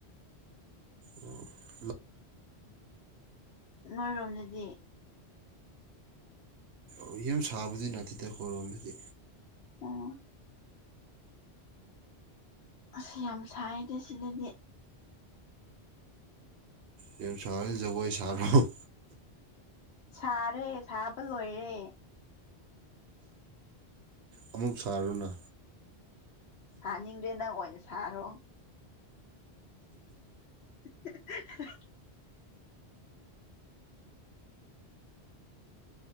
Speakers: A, on the right; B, on the left.
A: ꯎꯝ ꯂ
B: ꯅꯣꯏꯔꯣꯝꯗꯗꯤ
A: ꯑꯣ ꯌꯥꯝ ꯁꯥꯕꯗꯤ ꯅꯠꯇꯦꯗ ꯑꯈꯣꯏꯔꯣꯝꯗꯗꯤ
B: ꯑꯣ ꯑꯁ ꯌꯥꯝ ꯁꯥꯏꯗ ꯁꯤꯗꯗꯤ
A: ꯌꯥꯝ ꯁꯥꯔꯗꯤ ꯖꯒꯣꯏ ꯁꯥꯔꯣ
B: ꯁꯥꯔꯦ ꯁꯥꯕ ꯂꯣꯏꯔꯦ
A: ꯑꯃꯨꯛ ꯁꯥꯔꯣꯅ
B: ꯁꯥꯅꯤꯡꯗꯦ ꯅꯪ ꯑꯣꯏꯅ ꯁꯥꯔꯣ <unintelligible>